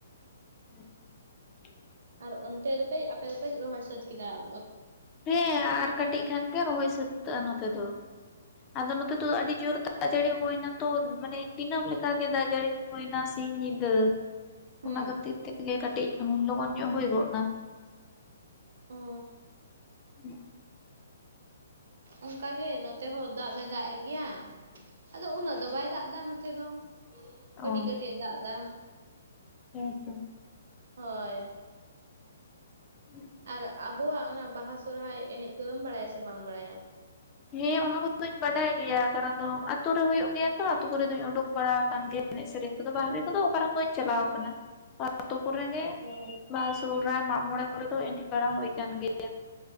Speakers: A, on the left; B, on the right.
A: <inaudible>
B: ᱟᱨ ᱚᱱᱛᱮ ᱫᱚᱯᱮ ᱟᱯᱮ ᱫᱚᱯᱮ ᱨᱚᱦᱚᱭ ᱥᱟᱹᱛ ᱠᱮᱫᱟᱣ
A: ᱦᱮᱸ ᱟᱨ ᱠᱟᱹᱴᱤᱡ ᱠᱷᱟᱱ ᱜᱮ ᱨᱚᱦᱚᱭ ᱥᱟᱹᱛᱟᱹᱜᱼᱟ ᱱᱚᱛᱮ ᱫᱚ ᱟᱫᱚ ᱱᱚᱛᱮ ᱫᱚ ᱟᱹᱰᱤ ᱡᱩᱨ ᱫᱟᱜᱼᱼ ᱡᱟᱹᱲᱤ ᱦᱩᱭ ᱮᱱᱟ ᱛᱚ ᱢᱟᱱᱮ ᱫᱤᱱᱟᱹᱢ ᱞᱮᱠᱟᱜᱮ ᱫᱟᱜ ᱡᱟᱹᱲᱤ ᱦᱩᱭ ᱮᱱᱟ ᱥᱤᱧ ᱧᱤᱫᱟᱹ
B: ᱦᱩᱸ
A: ᱚᱱᱟ ᱠᱷᱟᱹᱛᱤᱨ ᱛᱮᱜᱮ ᱠᱟᱹᱴᱤᱡ ᱞᱚᱜᱚᱱ ᱧᱚᱜ ᱦᱩᱭ ᱜᱚᱫ ᱮᱱᱟ
B: ᱚ
A: ᱦᱮᱸ
B: ᱚᱱᱠᱟ ᱜᱮ ᱱᱚᱛᱮ ᱦᱚᱸ ᱫᱟᱜ ᱫᱚᱭ ᱫᱟᱜᱮᱫ ᱜᱮᱭᱟ ᱟᱫᱚ ᱩᱱᱟᱹᱜ ᱫᱚ ᱵᱟᱭ ᱫᱟᱜ ᱮᱫᱟ ᱱᱚᱛᱮ ᱫᱚ ᱠᱟᱹᱴᱤᱡ
A: ᱚ
B: ᱠᱟᱹᱴᱤᱡᱼ ᱮ ᱫᱟᱜ ᱮᱫᱟ
A: ᱦᱮᱸ ᱛᱚ
B: ᱦᱳᱭ
A: <inaudible>
B: ᱟᱨ ᱟᱵᱚᱣᱟᱜ ᱚᱱᱟ ᱵᱟᱦᱟ ᱥᱚᱦᱨᱟᱭ ᱮᱱᱮᱡ ᱠᱚᱫᱚᱢ ᱵᱟᱲᱟᱭᱟ ᱥᱮ ᱵᱟᱢ ᱵᱟᱲᱟᱭᱟ
A: ᱦᱮᱸ ᱚᱱᱟ ᱠᱚᱫᱚᱧ ᱵᱟᱰᱟᱭ ᱜᱮᱭᱟ ᱠᱟᱨᱚᱱ ᱫᱚ ᱟᱹᱛᱳ ᱨᱮ ᱦᱩᱭᱩᱜ ᱜᱮᱭᱟ ᱛᱚ ᱟᱹᱛᱳ ᱠᱚᱨᱮ ᱫᱚᱧ ᱩᱰᱩᱠ ᱵᱟᱲᱟ ᱟᱠᱟᱱ ᱜᱮᱭᱟ ᱮᱱᱮᱡ ᱥᱮᱨᱮᱧ ᱠᱚᱫᱚ ᱵᱟᱦᱨᱮ ᱠᱚᱫᱚ ᱚᱠᱟ ᱨᱮᱦᱚᱸ ᱵᱟᱹᱧ ᱪᱟᱞᱟᱣ ᱟᱠᱟᱱᱟ ᱟᱹᱛᱳ ᱠᱚᱨᱮ ᱜᱮ
B: ᱚ
A: ᱵᱟᱦᱟ ᱥᱚᱦᱨᱟᱭ ᱢᱟᱜ ᱢᱚᱬᱮ ᱠᱚᱨᱮ ᱫᱚ ᱮᱱᱮᱡ ᱵᱟᱲᱟ ᱦᱩᱭ ᱟᱠᱟᱱ ᱜᱮᱭᱟ